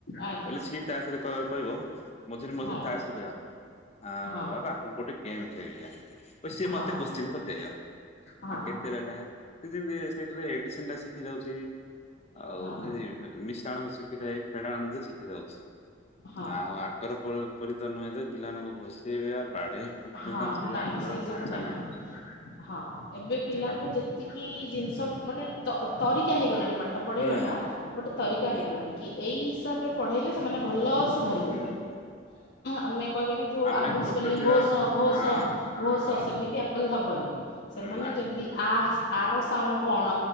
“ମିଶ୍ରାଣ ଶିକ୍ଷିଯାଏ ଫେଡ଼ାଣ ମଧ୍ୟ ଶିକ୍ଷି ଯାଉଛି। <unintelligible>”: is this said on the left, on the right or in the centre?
Left